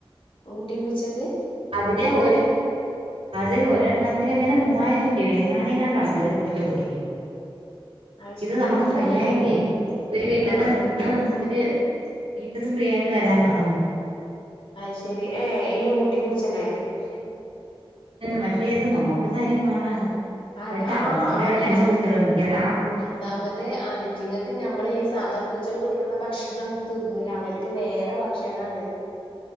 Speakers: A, on the left; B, on the right.
A: ഊട്ടി പൂച്ചക്ക്.
B: അതിലെ ഒരു. അത് ഒരെണ്ണത്തിന് എങ്ങനെ മൂവായിരം രൂപയ എങ്ങാന എങ്ങാണ്ടാണ് ഒരു പൂച്ച കുട്ടിക്ക്..
A: അയ്ശരി
B: ഇത് നമുക്ക്
A: അത്ര
B: ഫ്രീ
A: വെലൊക്കെ
B: ആയിട്ടേ
A: ഉണ്ടോ
B: ഒരു വീട്ടിൽന്ന്..
A: ആഹ്
B: ആ അവര് വീട്ടിൽന്ന് ഫ്രീ ആയിട്ട് തരാന്ന് പറഞ്ഞു.
A: അഹ് ശെരി ഏ ഈ ഊട്ടിപ്പൂച്ചനെ.
B: പക്ഷെ പക്ഷെ ഇത് നോക്കുന്ന കാര്യം പാടാണ്..
A: അ
B: എന്നുവെച്ചാ
A: ആ
B: ഒന്നാമത് അവിടെ രണ്ട്
A: ആത്
B: പൂച്ചകളാ മിക്കവാറും ആ പൂച്ചകള്
A: ഒന്നാമത് ആതി അറ്റിങ്ങൾക്ക് നമ്മൾ ഈ സാദാപ്പൂച്ചകൾക്ക് കൊടുക്കുന്ന ഭക്ഷണൊന്നും തിന്നൂല അവർക്ക് വേറെ ഭക്ഷണമാണ്..